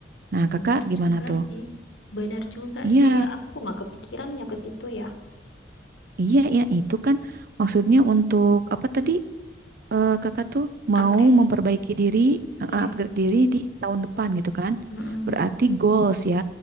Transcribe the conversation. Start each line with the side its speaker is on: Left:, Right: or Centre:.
Right: Nah,
Left: Benar
Right: Kakak gimana
Left: juga
Right: tuh?
Left: sih. Benar juga
Right: Iya,
Left: sih ya. Aku nggak kepikiran ya ke situ ya.
Right: iya,
Left: Ih,
Right: iya itu kan maksudnya untuk apa tadi eh, Kakak tuh mau
Left: upgrade.
Right: memperbaiki diri, eh,
Left: Iya.
Right: upgrade diri di tahun depan gitu kan?
Left: Mhm.
Right: Berarti goals ya.